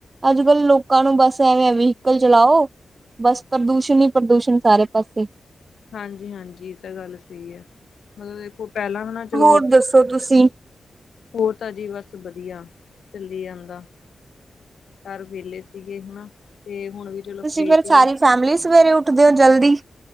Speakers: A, on the right; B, on the left.
A: ਅੱਜਕੱਲ ਲੋਕਾਂ ਨੂੰ ਬਸ ਐਂਵੇ ਆ ਵ੍ਹੀਕਲ ਚਲਾਓ, ਬਸ ਪ੍ਰਦੂਸ਼ਣ ਹੀ, ਪ੍ਰਦੂਸ਼ਣ ਸਾਰੇ ਪਾਸੇ।
B: ਹਾਂਜੀ-ਹਾਂਜੀ, ਇਹ ਤਾਂ ਗੱਲ ਸਹੀ ਹੈ, ਮਤਲਬ ਦੇਖੋ, ਪਹਿਲਾਂ ਹਨਾ ਚਲੋ
A: ਹੋਰ ਦੱਸੋ ਤੁਸੀਂ?
B: ਹੋਰ ਤਾਂ ਜੀ, ਬਸ ਵਧੀਆ। ਚੱਲੀ ਜਾਂਦਾ, ਹਰ ਵੇਲੇ ਸੀਗੇ ਹਣਾ, ਤੇ ਹੁਣ ਵੀ ਚਲੋ
A: ਤੁਸੀਂ
B: ਫ੍ਰੀ
A: ਫਿਰ
B: ਸੀਗੇ
A: ਸਾਰੀ ਫੈਮਿਲੀ ਸਵੇਰੇ ਉੱਠਦੇ ਹੋ, ਜਲਦੀ?